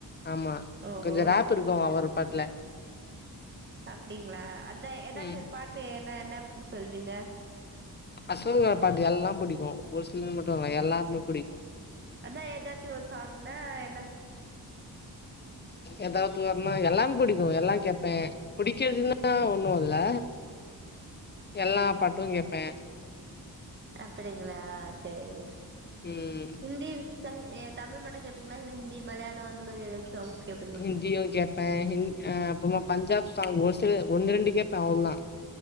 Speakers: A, on the left; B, on the right.
A: ஆமா
B: ஓஹோ
A: கொஞ்சோ ராப் இருக்கு அவரு பாட்டுல
B: அப்படிங்களா அத ஏதாச்சு
A: ம்
B: ஒரு பாட்டு என்ன என்ன சொல்வீங்க
A: அசல் நா பாட்டு எல்லாம் புடிக்கு ஒரு சிலத் மட்டும் இல்ல எல்லாருமே புடிக்கு
B: அதா ஏதாச்சு ஒரு சாங்னா என்ன
A: ஏதாவது வரனா எல்லா புடிக்கு எல்லாம் கேப்பே புடிக்கிறதுன்னா ஒன்னுல்ல எல்லா பாட்டு கேப்பே
B: அப்படிங்ளா சேரிங்
A: ம்
B: ஹிந்தி <unintelligible> தமிழ் மட்டும் கேப்பீங்ளா இல்ல ஹிந்தி மலையாளோ அந்த மாதிரி எதாச்சு சாங்ஸ் கேப்
A: ஹிந்தியு கேப்பே ஹிந் அ அப்புமா பஞ்சாப் சாங் ஒரு சில ஒன்னு ரெண்டு கேப்பே அவ்ளதா